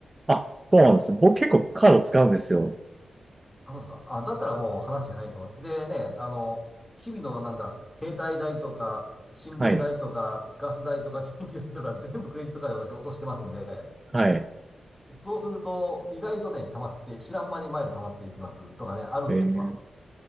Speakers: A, on the right (about 25°); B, on the left (about 15°).
A: あ、そうなんです。僕結構カード使うんですよ。
B: あ、そうですか。あ、だったらもう話早いと思う。でね、あの、日々のなんだ、携帯代とか、新聞代とか、
A: はい。
B: ガス代とか、電気代とか、<laughs> 全部クレジットカードで私落としてますんで、
A: はい。
B: そうすると、意外とね、溜まって、知らん間にマイル溜まっていきますとかね、あるんですわ。
A: えー